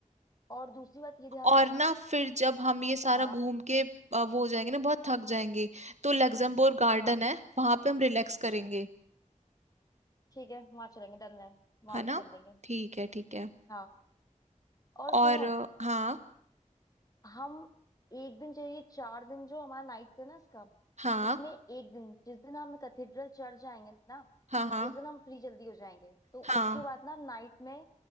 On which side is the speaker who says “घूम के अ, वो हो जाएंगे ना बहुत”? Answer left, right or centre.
Right